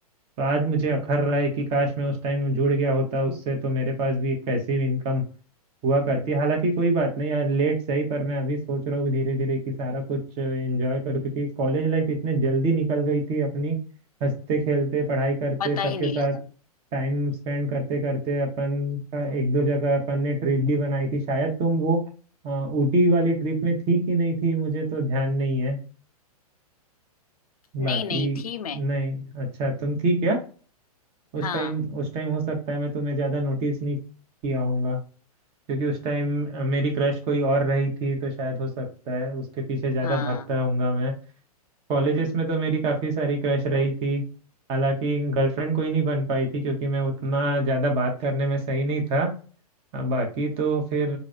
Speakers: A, on the right; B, on the left.
A: तो आज मुझे अखर रहा है कि काश मैं उस टाइम जुड़ गया होता उससे तो मेरे पास भी एक पैसिव इनकम हुआ करती हालांकि कोई बात नहीं यार लेट सही पर मैं अभी सोच रहा हूँ धीरे धीरे कि सारा कुछ एंजॉय करूँ क्योंकि कॉलेज लाइफ इतने जल्दी निकल गई थी अपनी हंसते खेलते पढ़ाई करते
B: पता
A: सबके
B: ही नहीं
A: साथ
B: लगा
A: टाइम स्पेंड करते करते अपन का एक दो जगह अपन ने ट्रिप भी बनाई थी शायद तुम वो अ, ऊटी वाली ट्रिप में थी कि नहीं थी मुझे तो ध्यान नहीं है
B: नहीं
A: बाकी
B: नहीं थी मैं
A: नहीं अच्छा तुम थी क्या उस
B: हाँ
A: टाइम उस टाइम हो सकता है मैं तुम्हें ज़्यादा नोटिस नहीं किया होऊंगा क्योंकि उस टाइम मेरी क्रश कोई और रही थी तो शायद हो सकता है उसके पीछे ज़्यादा
B: हाँ
A: भागता होऊंगा मैं कॉलेजेस में तो मेरी काफ़ी सारी क्रश रही थी हालांकि गर्लफ्रेंड कोई नहीं बन पाई थी क्योंकि मैं उतना ज़्यादा बात करने में सही नहीं था हाँ बाकी तो फिर